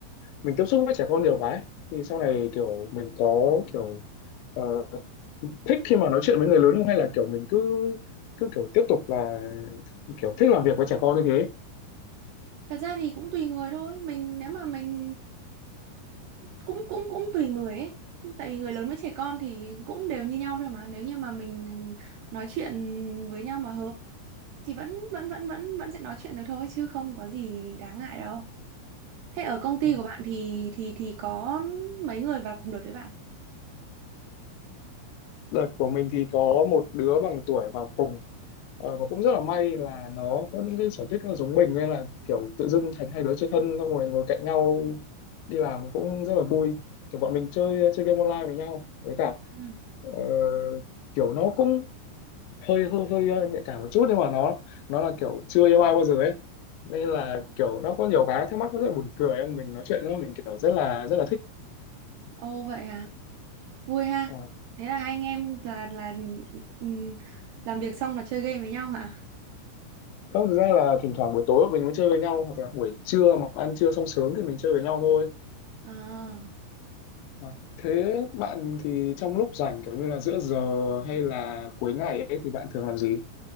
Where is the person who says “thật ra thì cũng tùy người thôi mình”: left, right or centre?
Right